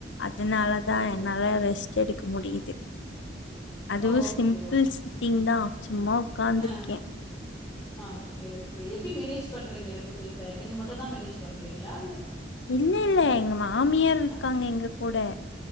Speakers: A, on the left (about 75°); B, on the left (about 20°).
A: அதனாலதா
B: ஓகே
A: என்னால ரெஸ்ட் எடு முடியுது அதுவு
B: ஓகே
A: சிம்பிள்
B: ஓகே
A: சிட்டிங்தா சும் <inaudible> உக்காந்திருக்கே
B: ஆ ஆ ஓகே ஓகே எப்டி மேனேஜ் பண்றீங்க ரெண்டு பேத்த நீங்க மட்டுதா மேனேஜ் பண்றீங்களா இல்ல
A: இல்லில்ல எங்க மாமியார் இருக்காங்க
B: ஆ
A: எங்க கூட